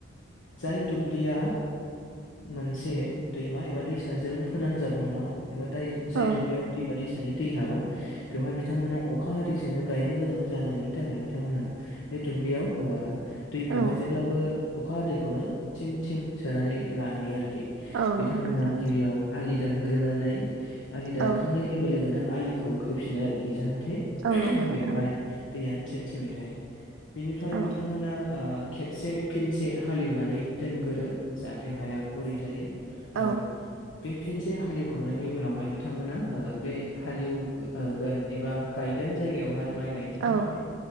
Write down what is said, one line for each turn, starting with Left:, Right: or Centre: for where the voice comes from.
Left: जाय दुब्लिया मोनसे दैमा एबा दैसाजों फोनांजाब नङा एबा दाय जाय
Right: औ औ
Left: दुब्लियाव दैमा दैसानि दै हाबा बेवहाय बिथांमोना अखा हादैजोंनो गायनो गोनां जायो जानायनि थाखाय बिथांमोनहा बे दुब्लियाव दैखौहाय
Right: औ
Left: जेब्लाबो अखा हादैखौनो थिम थिम सोनानै लाहैयो आरोखि
Right: औ
Left: बिथांमोना
Right: नंगौ नोंथां
Left: गिबियाव आलि दानग्रोनानै आलि
Right: औ
Left: दानखांनाय लोगो लोगोनो आलिखौ खोफिनो आरोखि जाहाथे
Right: औ नंगौ नोंथां
Left: बेवहाय दैया थिम थिमै थायो बेनिफ्राय
Right: औ
Left: बिथांमोना खेबसे फिनसे हालेवनानै दोनगोरो जाहाथे हाया गुरै जायो
Right: औ
Left: आरो बे फिनसे हालेवखांनायनि उनावहाय बिथांमोना बे हालेवगोन एबा गायगोन जायगायावहाय माइ गायनो
Right: औ
Left: थाखाय